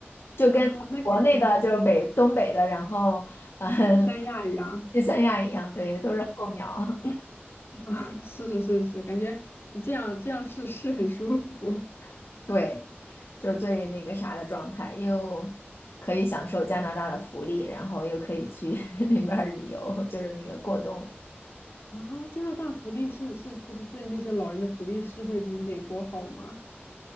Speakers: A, on the left (about 85°); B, on the left (about 65°).
A: 就跟国内的就是北东北的，
B: 啊，那感觉
A: 然后。呃 <laughs>
B: 去三亚一样。
A: 去三亚一样，对，都是候鸟，
B: <laughs> 是是是，感觉这样这样是是很舒服
A: <laughs> 对，就是最那个啥的状态，又可以享受加拿大的福利，然后又可以去 <laughs> 那边儿旅游，就是那个过冬。
B: 啊。加拿大福利是是就是对那些老人的福利是会比美国好吗？